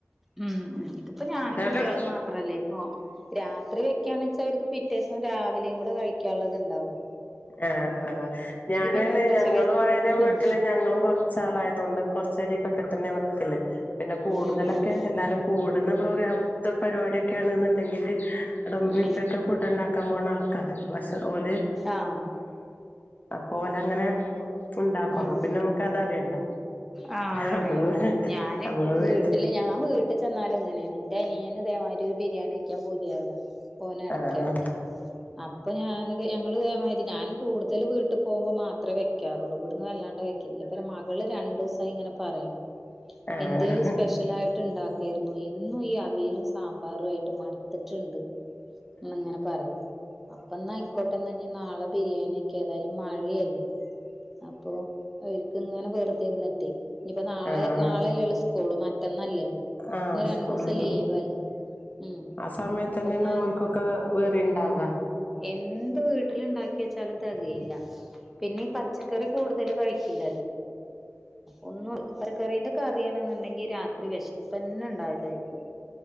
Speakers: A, in the centre; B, on the left (about 35°).
A: ഉം ഉ ഇതിപ്പോ ഞാനും
B: അതേപോലെ
A: കുട്യളും മാത്രല്ലേ ഇപ്പൊ രാത്രി വെക്കാണച്ച അവര്ക് പിറ്റെസം രാവിലെകൂടെ കഴിക്കാള്ളത്ണ്ടാകും
B: ആഹ ആ ഞാന്
A: പിന്നെ
B: അയ്ന്
A: എന്താച്ചാ
B: ഞങ്ങളും
A: വെ
B: അയ് ന് വീട്ടില്
A: ഉം
B: ഞങ്ങളും കൊറ ച്ചാല ആയതുകൊണ്ട് കൊറച് രികെട് തന്നെ വെക്കല് പിന്നെ കൂടുതലൊക്കെ
A: ഉം ഉം
B: എല്ലാരും കൂടുണ പ്രോഗ്ര പരിപാടിക്കെന്ന്ണ്ട ങ്കില് ബടെ ഇമ്മഇപ്പക്കെഫുഡ്
A: ഉം ഉം
B: ഇണ്ടാക്കാൻ പോണ ആൾക്കാര പക്ഷെ ഓല്
A: ആഹ് ഉം
B: അപ്പോ ഓലങ്ങനെ ഉണ്ടാക്കും
A: ഉം
B: അപ്പൊ പിന്നെ നമുക്ക് അതറിയണ്ട
A: ആഹ അതറിയണ്ടാ
B: നമ്മള്
A: ഞാന്
B: നമ്മള്
A: വീട്ടില്
B: വീട്ട്
A: ഞവീട്ട ചെന്നലു ഇങ്ങനെണ് ഇന്റെ അനിയന് ഇതേമാതിരി ഒരു ബിരിയാണി ക്കാൻ പുതിയാവല ഓന് ഇടക്ക്‌
B: ആഹ്
A: ഇടക്ക്‌ അപ്പൊ ഞാനത് ഞങ്ങള്ഇതേ മാതിരി ഞാനും കൂടുതൽ വീട് പോവു മ്പോ മാത്രെവെക്കാറുള്ളു ബ് ട് ന്ന് വല്ലാണ്ടെ വെക്കില്ല പിന്നെ മകള് രണ്ടുസാ യി ദഇങ്ങനെ പറയണു
B: ആഹ്
A: ന്തേലും സ്പെഷ്യല് ആയിട്ട് ണ്ടാക്കാറ്ന്നു എന്നും ഈ അവിയലും സാമ്പാറും ആയിട്ട് മട്ത്തിട്ടുണ്ട് ന്ന ങ്ങനെ പറിം അപ്പ ന്ന ആയ്ക്കോട്ടെന്ന നാളെ ബിരിയാണിക്കെഏതായാലും മഴയല്ലേ അപ്പൊ വര്ക്ക്‌ ഇങ്ങനെ വെറുതെ ഇരുന്നിട്ട് നിപ്പോ നാളെ
B: ആഹ്
A: നാളെല്ലേസ് കുള് മറ്റന്നല്ലല്ലോ
B: ആഹ്
A: ഇന്ന് രണ്ടു
B: സ്കൂളിൽ
A: സം ലീവ് അല്ലേ ഉം
B: ആ സമയത്ത്
A: അപ്പ
B: തന്നെയാണ്
A: ന്ന
B: ഓൽക്കൊക്കെ വെറി ഉണ്ടാവുക
A: എന്ത് വീട്ടില ഉണ്ടാക്കിച്ചാലുംതെ കയില്ല പിന്നെപ പചക്കറി കൂടുതല് കഴിക്കില്ലല്ലോ ഒന്ന് പരക്കറീന്റെ കറിയണെന്ന് ണ്ടെങ്കി രാത്രി വിശപ്പന്നെ ഉണ്ടാവില്ലായിരിക്കും